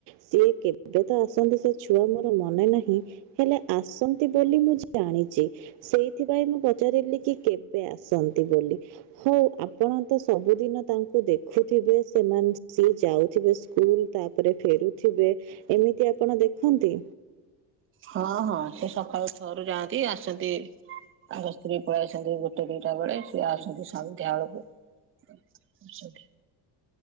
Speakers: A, on the right; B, on the right.
A: ସିଏ କେବେ ତ ଆସନ୍ତି ସେ ଛୁଆ ମୋର ମନେ ନାହିଁ ହେଲେ ଆସନ୍ତି ବୋଲି ମୁଁ ଜାଣିଛି। ସେଇଥିପାଇଁ ମୁଁ ପଚାରିଲି କି କେବେ ଆସନ୍ତି ବୋଲି ହଉ ଆପଣ ତ ସବୁଦିନ ତାଙ୍କୁ ଦେଖୁଥିବେ ସେମାନେ ସିଏ ଯାଉଥିବେ ସ୍କୁଲ ତାପରେ ଫେରୁଥିବେ ଏମିତି ଆପଣ ଦେଖନ୍ତି।
B: ହଁ ହଁ ସେ ସକାଳୁ ଛ ରୁ ଯାଆନ୍ତି ଆସନ୍ତି ତାଙ୍କ ସ୍ତ୍ରୀ ପଳେଇ ଆସନ୍ତି ଗୋଟେ ଦିଟା ବେଳେ ସିଏ ଆସନ୍ତି ସନ୍ଧ୍ୟା ବେଳକୁ। <unintelligible>